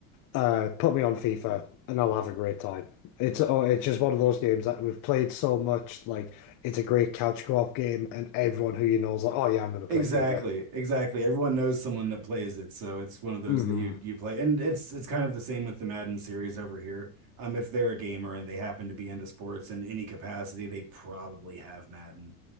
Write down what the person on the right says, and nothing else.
Exactly,
exactly. Everyone knows someone that plays it, so it's one of those
that you you play. And it's it's kind of the same with the Madden series over here. Um, if they're a gamer and they happen to be into sports in any capacity, they probably have Madden,